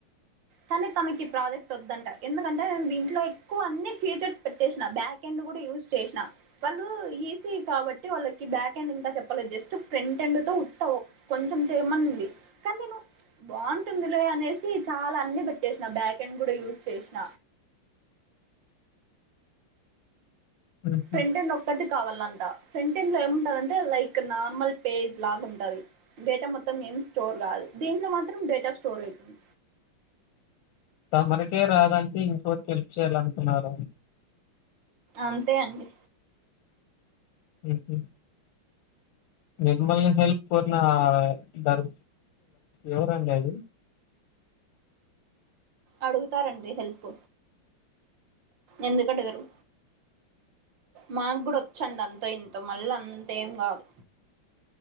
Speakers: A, on the right; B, on the left.
A: కానీ తనకి ఈ ప్రాజెక్ట్ వద్దంట ఎందుకంటే నేను దీంట్లో ఎక్కువ అన్ని ఫ్యూచర్స్ పెట్టేసిన బ్యాక్ కెండు కూడా యజస్ చేసినా వాళ్ళు ఈసీ కాబట్టి వాళ్ళకి బ్యాక్ హ్యాండ్ ఇంకా చెప్పలేదు జస్ట్ ఫ్రంట్ హ్యాండ్ తో ఉతావు కొంచెం చేయమనింది కానీ నేను బాగుంటుంది లే అనేసి చాలా అన్ని పెట్టేసిన బ్యాకండ్డ్ కూడా యూజ్ చేసిన
B: ఉహు.
A: ఫ్రేంటెన్ ఒక్కటి కావాలంట సెంటెన్ లో ఏముంటందింటే లైక్ నార్మల్ పేజ్ లాగా ఉంటది డేటా మొత్తం ఏమి స్టోర్ కాదు. దీంట్లో మాత్రం డేటా స్టోర్ అవుతుంది.
B: తమరికె రాదంటే ఇంకోరికి హెల్ప్ చేయాలనుకున్నార
A: అంతే అండి
B: ఉహ్ నిర్మల నుంచి వెల్పోతున్న దర్ ఏవరు అండి అది
A: అడుగుతారండి హెల్ప్ ఎందుకు అడగరు మాకు కూడా వచ్చండి అంత ఇంతో మళ్ళ అంతేం కాదు